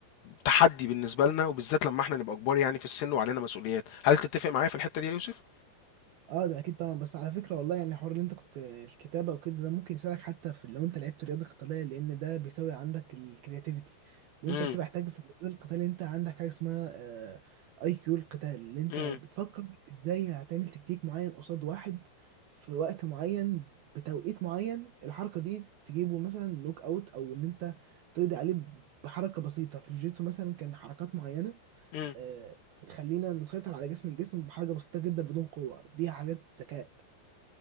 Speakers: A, on the left; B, on the right.
A: تحدي بالنسبه لنا وبالذات لما احنا نبقى كبار يعني في السن وعلينا مسؤوليات هل تتفق معايا في الحته دي يا يوسف
B: اه ده اكيد طبعا بس على فكره والله يعني حوار اللي انت كنت الكتابه وكده ده ممكن يساعدك حتى في لو انت لعبت رياضه قتاليه لان ده بيساوي عندك الكرياتيفيتي وانت
A: امم
B: بتبقى محتاج في الرياضه القتاليه انت عندك حاجه اسمها اي كيو القتال اللي انت
A: امم
B: بتفكر ازاي هتعمل تكتيك معين قصاد واحد في وقت معين بتوقيت معين الحركه دي تجيبه مثلا نوك اوت او ان انت تقضي عليه بحركه بسيطه في الجيتسو مثلا كان حركات معينه
A: امم
B: آه، تخلينا نسيطر على جسم الجسم بحاجة بسيطة جدا بدون قوة دي حاجات ذكاء